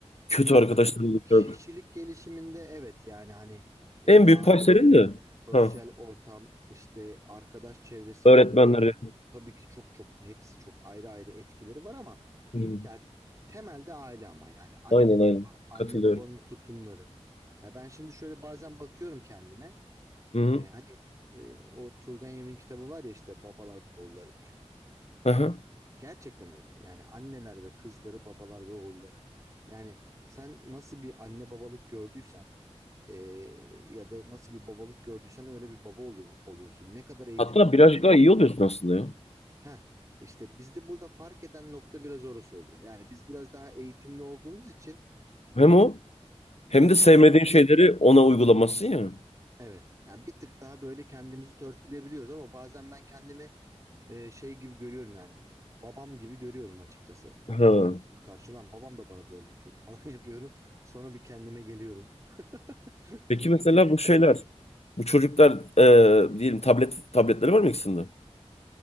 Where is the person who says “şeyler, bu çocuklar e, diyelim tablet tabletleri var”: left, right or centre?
Left